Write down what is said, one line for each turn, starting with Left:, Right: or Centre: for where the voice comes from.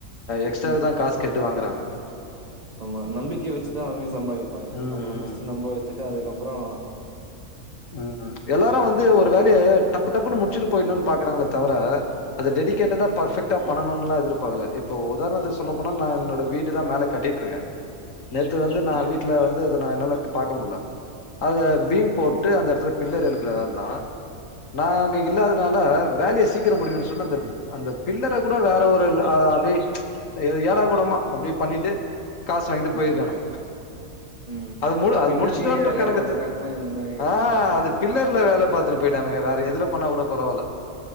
Left: எக்ஸ்டாக்குதா
Right: ம்.
Left: காசு கேட்டு வாங்குறாங்க
Right: ஆமா நம்பிக்கிய வெச்சுதா அவிங்க சம்பாதிப்பாங்க
Left: ம்
Right: நம்மள ஃபர்ஸ்ட்
Left: ம்
Right: நம்ப வெச்சுட்டு அதுக்கப்றோ
Left: ம் எல்லாரு வந்து ஒரு வேலய டப்பு டப்புன்னு முச்சுட்டு போயிர்ணுனு பாக்குறாங்களே தவிர அது டெடிக்கேட்டடா பர்ஃபெக்டா பண்ணணுலா எதிர்பாக்கல இப்ப உதாரணத்துக்கு சொல்ல போனா நா
Right: ம்,
Left: என்னோட வீடு தா மேலே கட்டிட்ருக்க நேத்து வந்து
Right: ம்.
Left: நா வீட் ல்ல வந்து அத நா என்னால பாக்க முட்ல அத பீம் போட் அந்த எடத்துல பிள்ளர் <unintelligible> நா அங்கே இல்லாததுனால வேலையை சீக்கிரோ முடியும்ன்னு சொன்ன அந்த அந்த பில்லர கூட வேற ஒரு அப்டியே ஏடா கூடமா அப்டி பண்ணிட்டு காசு வாங்கிட்டு
Right: ம்,
Left: போயிருக்காங்க
Right: ம்.
Left: அது மு அது
Right: பில்லர்லயே
Left: முடிச்சுட்டோன்ற
Right: வேலைய
Left: கணக்குத்து
Right: பார்த்துட்டாங்கன்னா, இந்த மாரி
Left: ஆ
Right: என்ன பண்ண
Left: அது
Right: முடியும்?
Left: பில்லர்ல வேல பாத்துட்டு போயிட்டானுங்க வேற எதுல பண்ணா கூட பரவாயில்ல